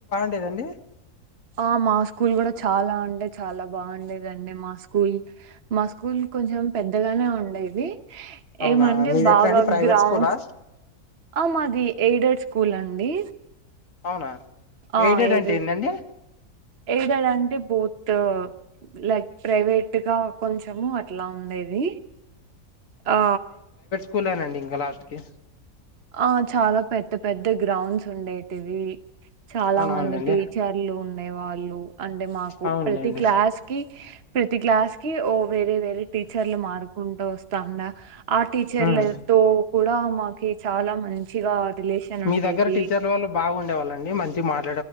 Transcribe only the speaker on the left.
లేదండి.
అవునా
మీదెట్లండి
ప్రైవేట్
స్కూలా.
అవునా
అంటే ఏందండి
కూలేనండి ఇంగ లాస్ట్కి
అవునవునులేండి
అవునులేండి
ఉమ్
మీ
దగ్గర టీచర్ల వాళ్ళు బాగుండేవాళ్ళండి మంచి మార్